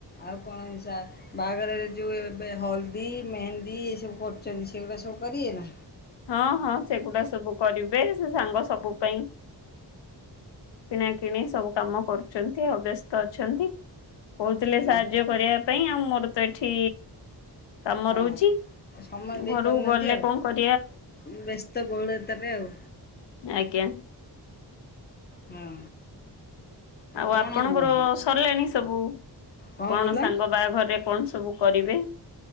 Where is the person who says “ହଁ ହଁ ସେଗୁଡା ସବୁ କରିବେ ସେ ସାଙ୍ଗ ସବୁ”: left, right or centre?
Left